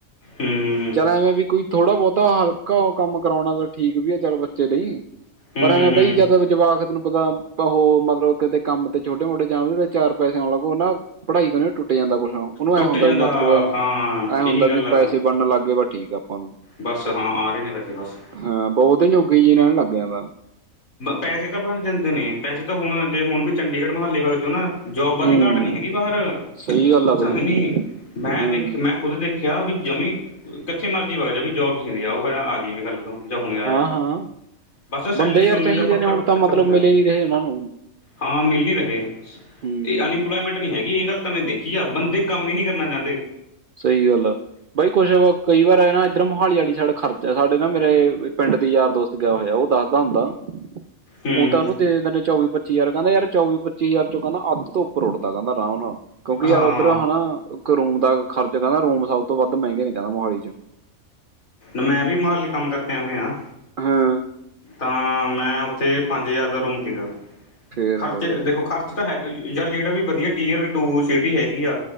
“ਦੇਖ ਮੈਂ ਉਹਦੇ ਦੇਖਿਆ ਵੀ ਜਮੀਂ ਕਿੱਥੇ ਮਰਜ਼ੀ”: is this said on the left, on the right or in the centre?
Left